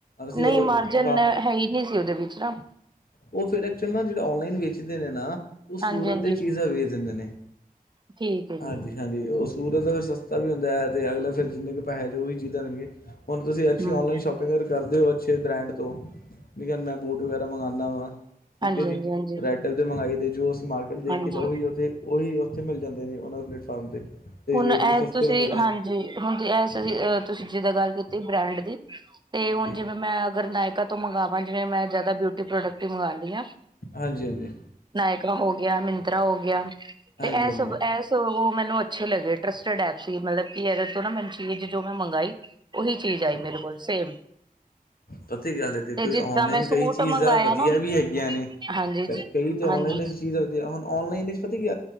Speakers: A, on the left; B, on the right.
A: ਅਸੀਂ
B: ਨਹੀਂ ਮਾਰਜਨ
A: ਦੁਕਾਨ
B: ਹੈ ਹੀ ਨਹੀਂ ਸੀ ਉਹਦੇ ਵਿੱਚ ਨਾ
A: ਉਹ ਫਿਰ ਐਕਚੁਅਲ ਨਾ ਜਿਹੜੇ ਔਨਲਾਈਨ ਵੇਚਦੇ ਨੇ ਨਾ। ਉਹ ਸੂਰਤ
B: ਹਾਂਜੀ ਹਾਂਜੀ
A: ਦੀ ਚੀਜ਼ਾਂ ਵੇਚ ਦਿੰਦੇ ਨੇ
B: ਠੀਕ ਹੈ ਜੀ
A: ਹਾਂਜੀ। ਹਾਂਜੀ ਉਹ ਸੂਰਤ ਸਸਤਾ ਵੀ ਹੁੰਦਾ ਹੈ, ਤੇ ਅਗਲੇ ਫਿਰ ਜਿੰਨੇ ਕੁ ਪੈਸੇ ਚ ਉਹੀ ਚੀਜ਼ਾਂ ਦੇਣਗੇ। ਹੁ ਤੁਸੀਂੱਸੀ
B: ਹਮ
A: ਔਨਲਾਨ ਸ਼ੋਪ ਪ ਕਰਦੇ ਹੋ ਅੱਛੇ ਬ੍ਰੈਂਡ ਤੋਂ, ਲੇਕਿਨ ਮੈਂ ਬੂਟ ਵਗੈਰਾ ਮੰਗਉਂਦਾ ਵਾਂ। ਠੀਕ
B: ਹਾਂਜੀ
A: ਹੈ ਜੀ,
B: ਹਾਂਜੀ ਹਾਂਜੀ
A: ਰੈਅਟੈਲ ਤੇ ਮੰਗਾਈ ਦੇ ਜੋ ਅਸੀਂ ਮਾਰਕੀਟ ਦੇਖੀ
B: ਹਾਂਜੀ
A: ਤਾਂ ਉਹੀ ਉੱਥੇ। ਉਹੀ ਉੱਥੇ ਮਿਲ ਜਾਂਦੇ ਨੇ ਉਹਨਾਂ ਪਲੇਟਫਾਰਮ ਤੇ ਤੇ
B: ਹੁਣ
A: ਰੇਟ
B: ਇਹ
A: ਵੀ ਸਸਤੇ
B: ਤੁਸੀਂ
A: ਹੁੰਦੇ ਨੇ
B: ਹਾਂਜੀ ਹੁਣ ਐ ਤੁਸੀਂ ਜਿੱਦਾਂ ਗੱਲ ਕੀਤੀ ਬ੍ਰਾਂਡ ਦੀ, ਤੇ
A: ਹਾਂਜੀ,
B: ਹੁਣ ਜਿਵੇਂ ਮੈਂ ਅਗਰ ਨਾਇਕਾ ਤੋਂ ਮੰਗਵਾ ਜਿਵੇਂ ਮੈਂ ਜਿਆਦਾ ਬਿਊਟੀ ਪ੍ਰੋਡਕਟ ਹੀ ਮੰਗਦੀ ਹਾਂ।
A: ਹਾਂਜੀ-ਹਾਂਜੀ,
B: ਨਾਇਕਾ ਹੋ ਗਿਆ, ਮਿੰਤਰਾ ਹੋ ਗਿਆ, ਤੇ
A: ਹਾਂਜੀ-ਹਾਂਜੀ।
B: ਇਹ ਸਭ ਇਹ ਸ ਮੈਨੂੰ ਅੱਛੇ ਲਗੇ ਟਰਸਟਡ ਐਪ ਸੀ ਮਤਲਬ, ਇਹਦੇ ਤੋਂ ਨਾ ਮੈਨੂੰ ਚੀਜ਼ ਜੋ ਮੈਂ ਮੰਗਾਈ। ਓਹੀ ਚੀਜ਼ ਆਈ ਮੇਰੇ ਕੋਲ ਸੇਮ
A: ਸਈ ਗੱਲ ਹੈ ਦੇਖੋ
B: ਤੇ ਜਿੱਦਾਂ
A: ਜੀ, ਔਨਲਾਈਨ
B: ਮੈਂ ਸੂਟ
A: ਕਈ ਚੀਜ਼
B: ਮੰਗਾਇਆ
A: ਆ ਵਧੀਆ
B: ਨਾ
A: ਵੀ ਹੈਗੀਆਂ ਨੇ।
B: ਹਾਂਜੀ
A: ਕ
B: ਜੀ
A: ਕਈ ਤੇ ਔਨਲਾਈਨ
B: ਹਾਂਜੀ
A: ਚੀਜ਼ ਹੁਣ ਔਨਲਾਈਨ ਪਤਾ ਕੀ